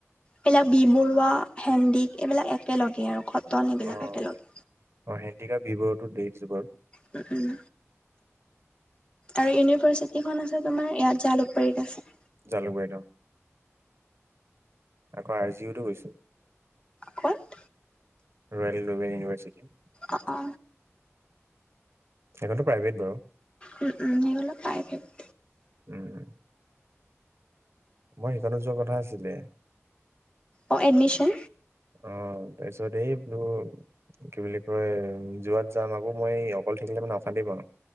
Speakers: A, on the left (about 20°); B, on the right (about 60°).
A: এইবিলাক বি বৰুৱা, হেন্দিক এইবিলাক একেলগে আৰু। কটন এইবিলাক
B: অ
A: একেলগে।
B: অ হেন্ডিক আৰু বি বৰুৱাটো দেখিছো বাৰু।
A: উম। আৰু ইউনিভাৰ্চিটিখন আছে তোমাৰ ইয়াত জালুকবাৰীত আছে।
B: জালুকবাৰীত অ, আকৌ, আৰ জিও তো গৈছো।
A: ক'ত।
B: Royal and global university.
A: অ, অ,
B: সেইখনতো প্ৰাইভেট বাৰু।
A: উম, উম, সেইবিলাক প্ৰাইভেট।
B: উম, মই সেইখনত যোৱা কথা আছিলে।
A: অ, এডমিশ্যন।
B: অ, তাৰপিছত এই বোলো। কি, বুলি কয় যোৱাত যাম আকৌ মই অকল থাকিলে মানে অশান্তি পাওঁ।